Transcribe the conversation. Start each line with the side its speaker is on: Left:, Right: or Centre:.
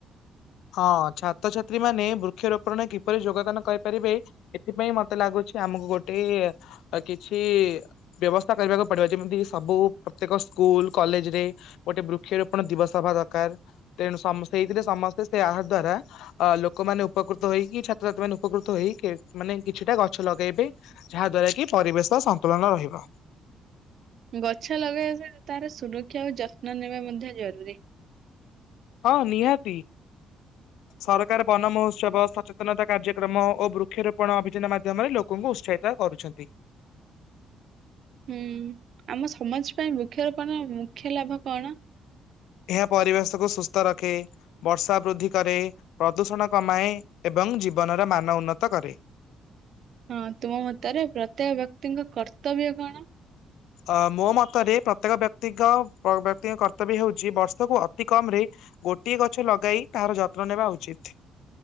Left: ହଁ ଛାତ୍ରଛାତ୍ରୀ ମାନେ ବୃକ୍ଷରୋପଣରେ କିପରି ଯୋଗଦାନ କରିପାରିବେ ଏଥିପାଇଁ ମତେ ଲାଗୁଛି ଆମକୁ ଗୋଟେ କିଛି ବ୍ୟବସ୍ଥା କରିବାକୁ ପଡିବ ଯେମିତି ସବୁ ପ୍ରତ୍ୟେକ ସ୍କୁଲ କଲେଜ ରେ ଗୋଟେ ବୃକ୍ଷରୋପଣ ଦିବସ ହବା ଦରକାର ତେଣୁ ସମ ସେଇଥିରେ ସମ ତ ସେ ଏହା ଦ୍ଵାରା ଲୋକମାନେ ଉପକୃତ ହେଇକି ଛାତ୍ରଛାତ୍ରୀ ମାନେ ଉପକୃତ ହେଇ ମାନେ କିଛିଟା ଗଛ ଲଗେଇବେ ଯାହା ଦ୍ଵାରା କି ପରିବେଶ ସନ୍ତୁଳନ ରହିବ।
Right: ଗଛ ଲଗେଇବା ସହ ତାର ସୁରକ୍ଷା ଓ ଯତ୍ନ ନେବା ମଧ୍ୟ ଜରୁରୀ।
Left: ହଁ ନିହାତି, ସରକାର ବନ ମହୋତ୍ସବ ସଚେତନତା କାର୍ଯ୍ୟକ୍ରମ ଓ ବୃକ୍ଷରୋପଣ ଅଭିଯାନ ମାଧ୍ୟମରେ ଲୋକଙ୍କୁ ଉତ୍ସାହିତ କରୁଛନ୍ତି।
Right: ହୁଁ ଆମ ସମାଜ ପାଇଁ ବୃକ୍ଷରୋପଣ ମୁଖ୍ୟ ଲାଭ କଣ?
Left: ଏହା ପରିବେଶକୁ ସୁସ୍ଥ ରଖେ, ବର୍ଷା ବୃଦ୍ଧି କରେ ପ୍ରଦୂଷଣ କମାଏ ଏବଂ ଜୀବନର ମାନ ଉନ୍ନତ କରେ।
Right: ହଁ ତୁମ ମତରେ ପ୍ରତ୍ୟେକ ବ୍ୟକ୍ତିଙ୍କ କର୍ତ୍ତବ୍ୟ କଣ?
Left: ଅ ମୋ ମତରେ ପ୍ରତ୍ୟେକ ବ୍ୟକ୍ତିଙ୍କ ବ୍ୟକ୍ତିଙ୍କ କର୍ତ୍ତବ୍ୟ ହେଉଛି ବର୍ଷକୁ ଅତି କମ ରେ ଗୋଟିଏ ଗଛ ଲଗାଇ ତାହାର ଯତ୍ନ ନେବା ଉଚିତ।